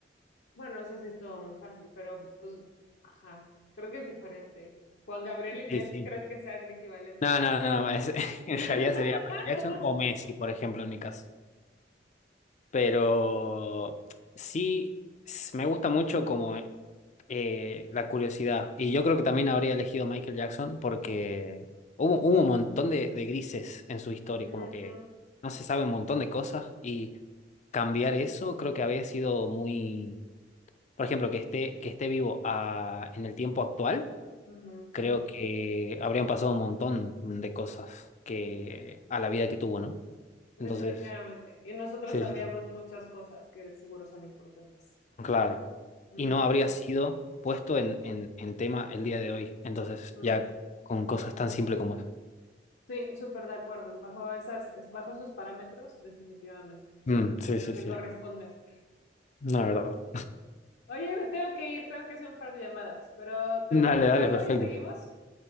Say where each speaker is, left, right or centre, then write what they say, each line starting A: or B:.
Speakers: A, on the left; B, on the left.
A: Bueno, no sé si es todo muy fácil, pero pues, ajá, creo que es diferente. Juan Gabriel y
B: Sí,
A: Messi,
B: sí.
A: ¿crees que sean equivalentes?
B: No, no, no. es- <laughs> en
A: <laughs>
B: realidad sería Michael Jackson o Messi, por ejemplo, en mi caso. Pero sí, s- me gusta mucho como eh, la curiosidad. Y yo creo que también habría elegido Michael Jackson porque hubo, hubo un montón de, de grises en su historia,
A: Ujú,
B: como que no se sabe un montón de cosas y cambiar eso creo que había sido muy, por ejemplo, que esté, que esté vivo a- en el tiempo actual,
A: ujú.
B: creo que habrían pasado un montón de cosas que a la vida que tuvo, ¿no?
A: Definitivamente.
B: Entonces,
A: Y nosotros
B: sí,
A: sabríamos
B: sí, sí.
A: muchas cosas que seguro son importantes.
B: Claro.
A: Ujú,
B: Y no habría sido puesto en, en, en tema el día de hoy. Entonces,
A: ujú.
B: ya con cosas tan simples como eso.
A: Sí, súper de acuerdo. Bajo esas, es- bajo esos parámetros, definitivamente es
B: Mm,
A: lo que,
B: sí,
A: lo
B: sí,
A: que
B: sí.
A: corresponde hacer.
B: La verdad.
A: Oye, me tengo que ir, tengo que hacer un par de llamadas, pero te
B: Dale,
A: marco luego
B: dale, perfecto.
A: y seguimos.